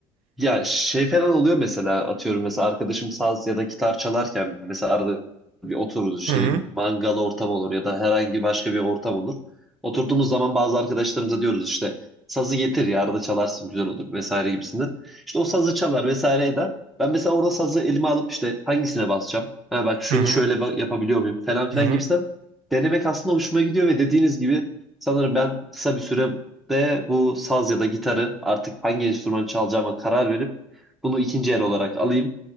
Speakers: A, in the centre; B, on the right.
A: Ya şey falan oluyor mesela atıyorum mesela arkadaşım saz ya da gitar çalarken mesela arada bir otururuz işte
B: <laughs> Hı hı,
A: bir mangal ortam olur ya da herhangi başka bir ortam olur. Oturduğumuz zaman bazı arkadaşlarımıza diyoruz işte sazı getir ya arada çalarsın güzel olur vesaire gibisinden. İşte o sazı çalar vesaire eder. Ben mesela orada sazı elime alıp işte hangisine basacağım? Ha bak şunu
B: hı hı,
A: şöyle ba- yapabiliyor muyum falan filan
B: hı hı.
A: gibisinden denemek aslında hoşuma gidiyor ve dediğiniz gibi sanırım ben kısa bir süre de bu saz ya da gitarı artık hangi enstrüman çalacağıma karar verip bunu ikinci el olarak alayım.